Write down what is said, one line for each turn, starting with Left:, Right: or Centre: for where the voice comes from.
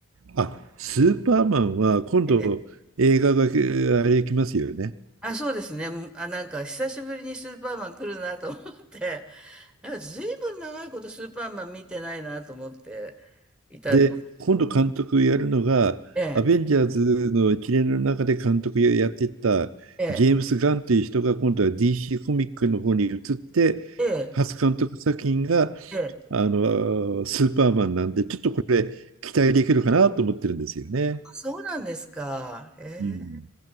Right: あ、スーパーマンは今度映画があれ来ますよね。
Centre: ええあ、そうですね。あ、なんか久しぶりにスーパーマン来るなと思って、なんか随分長いことスーパーマン見てないなと思っていたんですけど。
Right: で、今度監督やるのが、
Centre: ええ、
Right: アベンジャーズの一連の中で監督やってたジェームス・
Centre: ええ、
Right: ガンという人が今度は DC コミックの方に移って、
Centre: ええ、
Right: 初監督作品が
Centre: ええ
Right: あのスーパーマンなんで、ちょっとこれ期待できるかなと思ってるんですよね。
Centre: そうなんですか。え
Right: うん